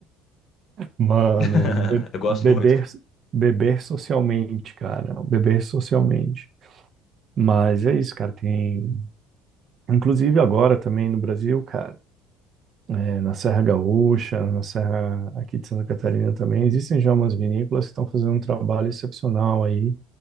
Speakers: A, on the right; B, on the left.
A: Mano,
B: <laughs>
A: be-
B: Eu gosto
A: beber,
B: muito, cara.
A: beber socialmente, cara. Beber socialmente. Mas é isso, cara. Tem, inclusive agora também no Brasil, cara, é, na Serra Gaúcha, na Serra aqui de Santa Catarina também, existem já umas vinícolas que estão fazendo um trabalho excepcional aí